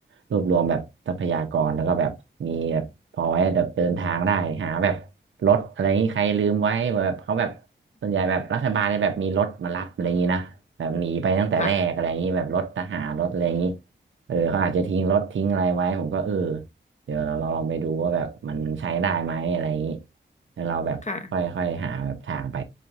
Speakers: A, on the right; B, on the left.
A: รวบรวมแบบทรัพยากรแล้วก็แบบมีแบบพอไว้แบบเดินทางได้หาแบบรถอะไรนี้ใครลืมไว้แบบเขาแบบส่วนใหญ่แบบรัฐบาลเนี่ยแบบมีรถมารับอะไรอย่างนี้นะแบบหนีไปตั้งแต่แรกอะไรอย่างนี้แบบรถทหารรถอะไรอย่างนี้
B: ค่ะ
A: เออเขาอาจจะทิ้งรถทิ้งอะไรไว้ผมก็เออเดี๋ยวเราเราลองไปดูว่าแบบมันใช้ได้ไหมอะไรอย่างนี้แล้วเราแบบค่อยค่อยหาแบบทางไป
B: ค่ะ